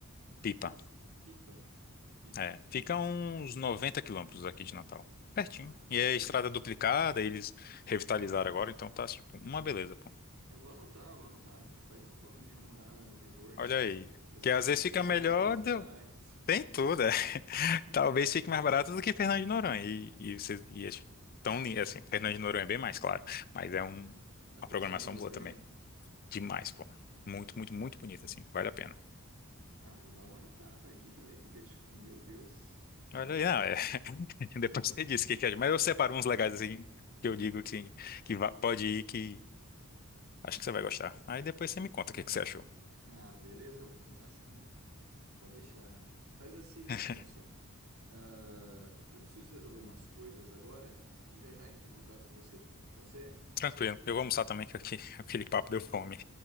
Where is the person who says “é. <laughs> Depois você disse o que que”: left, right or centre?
Left